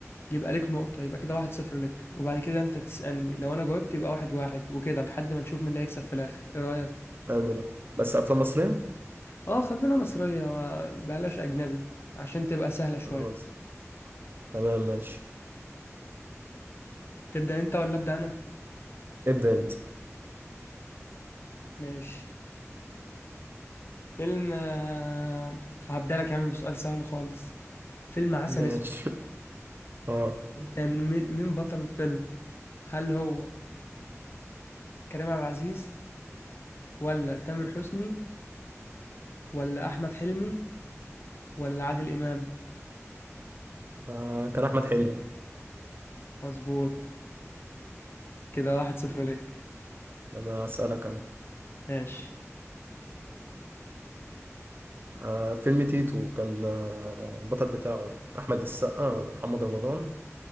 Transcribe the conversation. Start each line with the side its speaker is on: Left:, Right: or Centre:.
Left: يبقى ليك نقطه يبقى كده واحد صفر لك وبعد كده انت تسالني لو انا جاوبت يبقى واحد واحد وكده لحد ما نشوف مين اللي هيكسب في الاخر ايه رايك
Right: حلو ده بس أفلام مصرية؟
Left: اه خلينا مصريه ما بلاش اجنبي عشان تبقى سهله شويه
Right: خلاص تمام ماشي
Left: تبدا انت ولا ابدا انا
Right: ابدأ أنت
Left: ماشي فيلم آه، هبدألك يا عم بسؤال سهل خالص فيلم عسل
Right: ماشي
Left: اسود
Right: اه
Left: كان مين مين بطل الفيلم هل هو كريم عبد العزيز ولا تامر حسني ولا احمد حلمي ولا عادل امام
Right: آه، كان أحمد حلمي
Left: مظبوط كده واحد صفر ليك
Right: أنا أسألك أنا
Left: ماشي
Right: آه، فيلم تيتو كان آه، البطل بتاعه أحمد السقا ولا محمد رمضان